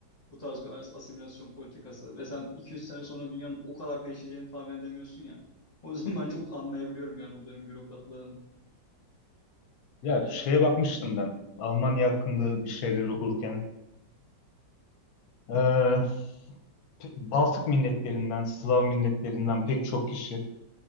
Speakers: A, on the left (about 30°); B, on the left (about 65°).
A: Bu tarz bir as- asimilasyon politikası. Ve sen 200 sene sonra dünyanın o kadar değişeceğini tahmin edemiyorsun ya. O yüzden <laughs> ben çok anlayabiliyorum yani o dönem bürokratların.
B: Ya şeye bakmıştım ben. Almanya hakkında bir şeyler okurken. Ee, P- Baltık milletlerinden, Slav milletlerinden pek çok kişi